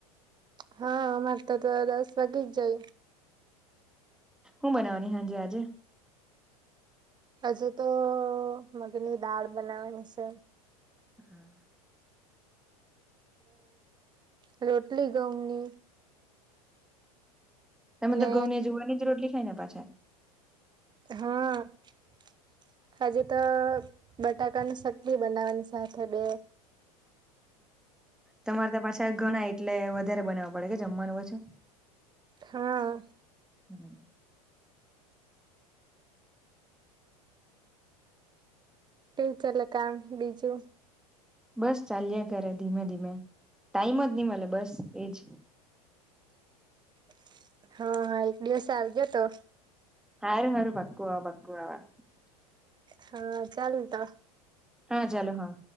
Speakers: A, on the right (about 20°); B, in the centre.
A: હા, અમે તો દસ વાગ્યે જ જઈએ.
B: હું બનાવવાની છું આજે.
A: હજુ તો મગની દાળ બનાવવાની છે.
B: હમ.
A: ને રોટલી ઘઉંની.
B: તમે
A: ને
B: તો ઘઉંની જ રોટલી ખાઓ ને પાછા.
A: હા, હજી તો. બટાકાની શાકભાજી બનાવવાની સાથે બે.
B: તમારે તો પાછું ઘણું, એટલે વધારે બનાવવું પડે. જમવાનું પાછું.
A: હા.
B: હમ.
A: નેચરલી, કામ બીજું.
B: બસ ચાલ્યા કરે ધીમે ધીમે ટાઈમ જ નહી મળે બસ એજ
A: <inaudible> હા હા એક દિવસે આવજે તો
B: હારું <unintelligible>
A: હા ચાલતો
B: હા ચાલો હા